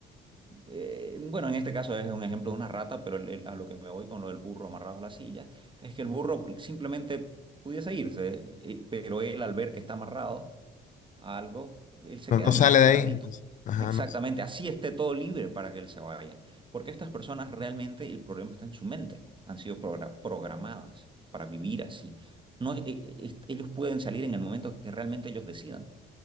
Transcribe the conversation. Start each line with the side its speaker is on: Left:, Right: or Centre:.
Right: eh, bueno, en este caso es un ejemplo de una rata, pero el- el- a lo que me voy con lo del burro amarrado a la silla, es que el burro simplemente pudiese irse, eh, pero él al ver que está amarrado a algo, él se
Left: No,
Right: queda
Left: no
Right: ahí,
Left: sale de
Right: paradito.
Left: ahí. Ajá,
Right: Exactamente,
Left: no.
Right: así esté todo libre para que él se vaya. Porque estas personas realmente el problema está en su mente, han sido progra- programadas para vivir así. No, eh, eh, es- ellos pueden salir en el momento que realmente ellos decidan.